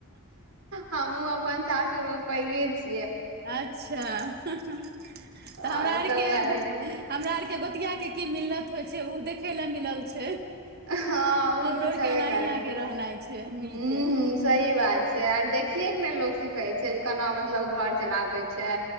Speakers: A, on the right (about 75°); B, on the right (about 45°).
A: हमहुँ अपन सासुर मे पैघे छीयै।
B: अच्छा तऽ
A: आ
B: हमरा आरके
A: सब भाय बहिन मे
B: हमरा आरके गोतिआके की मिल्लत होइ छै ओ देखय ले मिलल छै।
A: हँ ओ
B: हमरो
A: तऽ
B: आरके
A: छबे
B: ओनाही
A: कर हम्म
B: आगे रहनाइ छै मिल
A: हम्म
B: के
A: सही बात छै, आर देखिये के ने लोग सिखे छै जे केना मतलब घर चलाबे छै